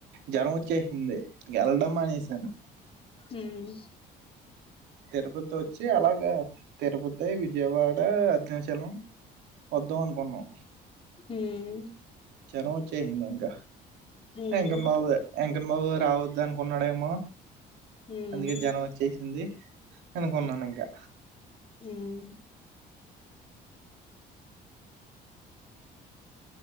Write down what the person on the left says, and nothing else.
ఉమ్
ఉమ్
ఉమ్
ఉమ్
ఉమ్